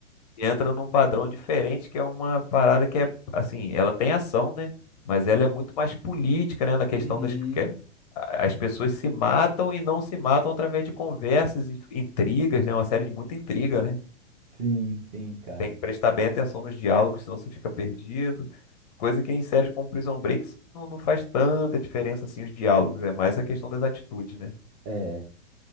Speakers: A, on the left (about 35°); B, on the right (about 15°).
A: e entra num padrão diferente, que é uma parada que é, assim, ela tem ação, né? Mas ela é muito mais política, né? Na questão
B: Uhum.
A: das que é- a- as pessoas se matam e não se matam através de conversas e intrigas, né? Uma série de muita intriga, né?
B: Sim, sim, cara.
A: Tem que prestar bem atenção nos diálogos, senão você fica perdido. Coisa que em séries como Prison Break isso não, não faz tanta diferença assim os diálogos, é mais a questão das atitudes, né?
B: É,